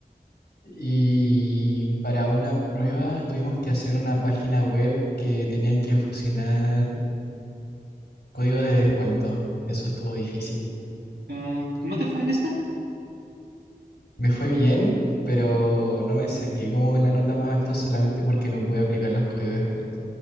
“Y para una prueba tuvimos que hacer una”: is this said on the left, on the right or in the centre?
Left